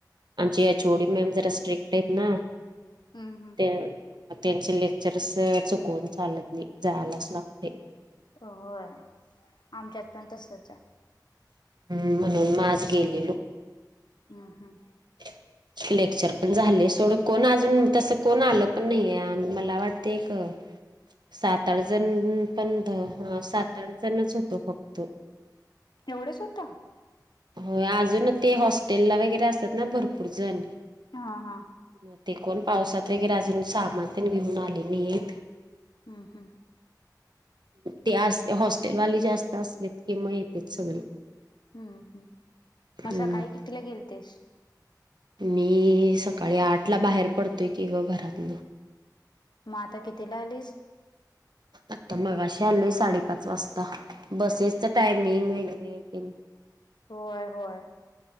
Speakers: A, on the right; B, on the left.
A: आमची एचओडी मॅम जरा स्ट्रिक्ट आहेत ना
B: हम् हम.
A: ते त्यांचे लेक्चरस चुकवून चालत नाही जआलाच लागते.
B: होय आमच्यात पण तसच आहे.
A: हम् म्हणून आज गेलेलो.
B: हम् हम्.
A: रिकामा ऑडिओ लेक्चर पण झाले सोडं कोण अजून तसं कोण आलं पण नाही मला वाटते एक.. सात आठ जण पण हा सात आठ जणच होतो फक्त.
B: एवढंच होत.
A: हो अजून ते हॉस्टेलला वगैरे असतात ना भरपूर जण.
B: हा हा.
A: मग ते कोण पावसात वगैरे अजून सामान पण घेऊन आलेली आहेत.
B: हम् हम्.
A: ते अस हॉस्टेलवाली जास्त असले किंवा येत सगळे.
B: हम्म हम्म.
A: हम्.
B: मग सकाळी कितीला गेलतीस?
A: मी सकाळी आठ ला बाहेर पडतोय की ग घरातन.
B: मग आता कितीला आलीस?
A: आता मगाशी आलोय साडेपाच वाजता बसेसच टायमिंग वगरे..
B: होय होय.